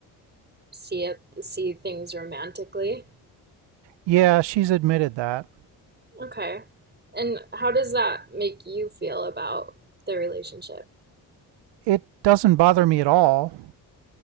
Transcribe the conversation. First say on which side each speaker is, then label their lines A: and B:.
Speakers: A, on the right; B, on the right.
A: see it, see things romantically.
B: yeah, she's admitted that.
A: Okay. And how does that make you feel about the relationship?
B: It doesn't bother me at all.